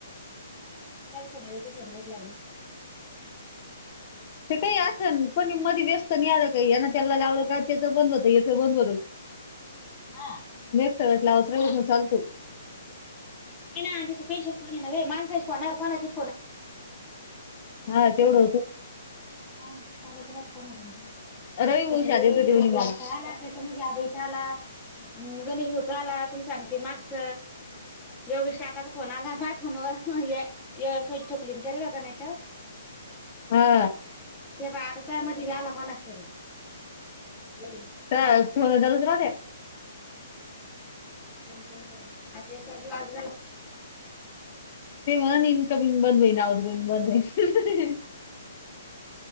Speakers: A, in the centre; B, on the left (about 40°).
A: त्याला सगळेथ फरमजलंय ना
B: ते काही असन कोणी मध्ये व्यस्त नाही आलं काही याना त्याला लावलं का त्याच बंद होत याच बंद होत <inaudible>
A: ह
B: नक् सटलावत चालतो
A: नाही ना त फेशिल कोन ना म माणसाईज कोणार कोणाच
B: हा तेवढं होत
A: हा चालतणा
B: रवी
A: आता
B: भाऊ शाद
A: काही
B: येत होते म्हणे
A: चोकरी
B: मला
A: चाल च्या म आभैताला गणेश भोत्र आला त सांगते मागस एवगे काकाचा फोन आला बाय फोनवर स्वछोकली कर ब काच्यावर
B: हा
A: ते प आता त्या मध्ये व्या ला पण असत रे
B: च फोन चालूच रा
A: कंपनी म्हच्याज
B: ते म्हण इनकमिंग बंद होईल आउट गोईंग बंद होईल